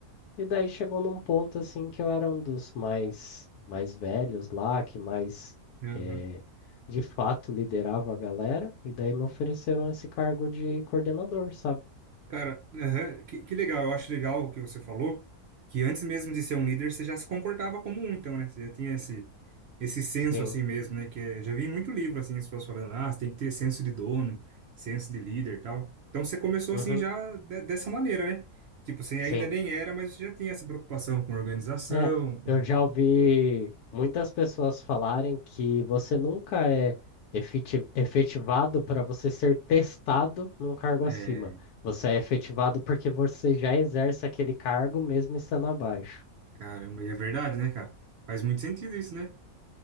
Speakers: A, on the left (about 85°); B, on the right (about 65°).
A: e daí chegou num ponto assim que eu era um dos mais mais velhos lá, que mais
B: uhum.
A: eh, de fato liderava a galera, e daí me ofereceram esse cargo de coordenador, sabe?
B: Cara, aham, que, que legal. Eu acho legal o que você falou, que antes mesmo de ser um líder, você já se comportava como um, então, né? Você já tinha esse, esse senso
A: Sim.
B: assim mesmo, né? Que é, já vi em muito livro, assim, as pessoas falando, ah, você tem que ter senso de dono, senso de líder e tal. Então, você começou
A: Uhum.
B: assim já de- dessa maneira, né? Tipo, você ainda
A: Sim.
B: nem era, mas você já tinha essa preocupação com organização,
A: É,
B: com...
A: eu já ouvi muitas pessoas falarem que você nunca é efeti- efetivado para você ser testado num cargo
B: É,
A: acima. Você é efetivado porque você já exerce aquele cargo mesmo estando abaixo.
B: caramba, e é verdade, né, cara? Faz muito sentido isso, né?